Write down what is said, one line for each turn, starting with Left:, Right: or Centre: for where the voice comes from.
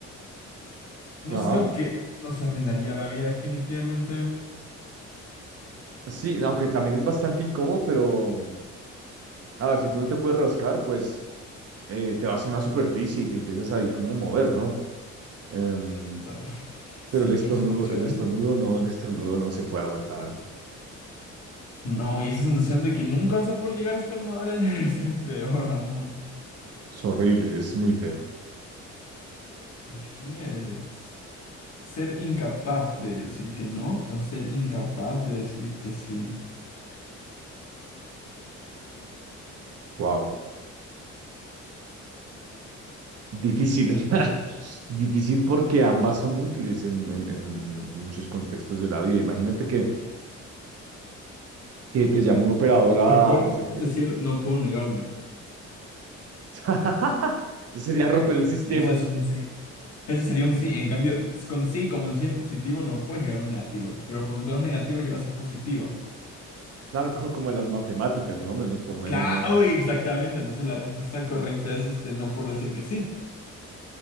Left: No
Right: Ajá.
Left: es algo que nos arruinaría la vida definitivamente. <sighs>
Right: Sí, aunque también es bastante incómodo, pero mm, a ver, si tú no te puedes rascar, pues eh, te vas a una superficie y te empiezas ahí como a mover, ¿no? Em,
Left: Ah, Sí,
Right: pero el estornudo,
Left: es una opción.
Right: el estornudo no, el estornudo no se puede aguantar.
Left: No, y esa sensación de que nunca vas a poder llegar a estornudar es, <laughs> es peor aún.
Right: Es horrible, es muy feo.
Left: ¿Prefieres ser incapaz de decir que no o ser incapaz de decir que sí?
Right: wow. Difícil. <laughs> Difícil porque ambas son útiles en, en- en muchos contextos de la vida. Imagínate que, que te llama un operador a
Left: Pero puedes
Right: ofrecerte.
Left: decir no puedo negarme.
Right: <laughs> Eso Sería romper el sistema.
Left: Y eso, eso es un sí. Eso sería un sí. En cambio, con sí, como el sí es positivo, no puedes llegar a un negativo. Pero con dos negativos llevas a un positivo.
Right: Claro, co- como, en las matemáticas, ¿no? Menos por menos
Left: Claro,
Right: más.
Left: uy, exactamente. Entonces la respuesta correcta es este, no por decir que sí.